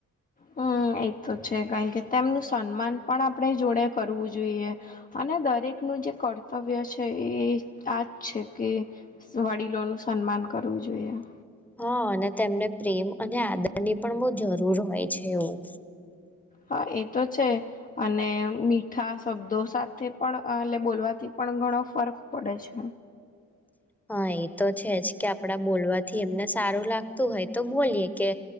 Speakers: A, on the left (about 25°); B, in the centre.
A: હમ એ તો છે કારણ કે તેમનું સન્માન પણ આપણે જોડે કરવું જોઈએ અને દરેકનું જે કર્તવ્ય છે એ આજ છે કે વડીલોનુંું સન્માન કરવું જોઈએ યા
B: હા અને તેમને પ્રેમ અને આદરની પણ બહ જરૂર હોય છે એવું
A: હા એ તો છે અને મીઠા શબ્દો સાથે પણ એટલે બોલવાથી પણણ ઘણો ફર્ક પડે છે
B: હા એ તો છે જ કે આપડા બોલવાથી એમને સારું લાગતું હોય તો બોલીએ કે